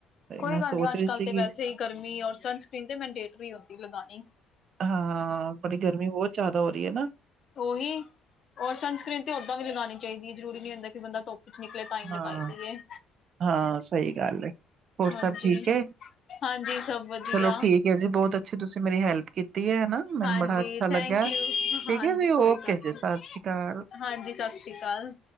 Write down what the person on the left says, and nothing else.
ਕੋਈ
ਗੱਲ
ਨੀ ਅੱਜ
ਕੱਲ
ਤੇ ਵੈਸੇ ਈ ਗਰਮੀ ਏ ਔਰ ਸਨਸਕਰੀਨ ਤੇ ਮੈਂਨਡੇਟਰੀ ਹੋਂਦੀ ਲਗਾਨੀ।
ਓਹੀ ਔਰ ਸਨ ਸਕਕਰੀਨ ਤੇ ਓਦਾਂ ਵੀ ਲਗਨੀ ਚਾਈਦੀ ਏ ਜਰੂਰੀ ਨੀ ਹੁੰਦਾ, ਕਿ ਬੰਦਾ ਧੁੱਪ ਕੁਛ ਨਿਕਲੇ ਤਾਈ ਨਿਕਾਲਦੀ
ਏ।
ਹਾਂਜੀ,
ਹਾਂਜੀ ਸਭ ਵਧੀਆ
ਹਾਂਜੀ
ਥੈਂਕ ਯੂ ਹਾਂਜੀ
ਕੋਈ
ਗੱਲ
ਨੀ
ਹਾਂਜੀ, ਸਸ ਸ੍ਰੀ ਕਾਲ।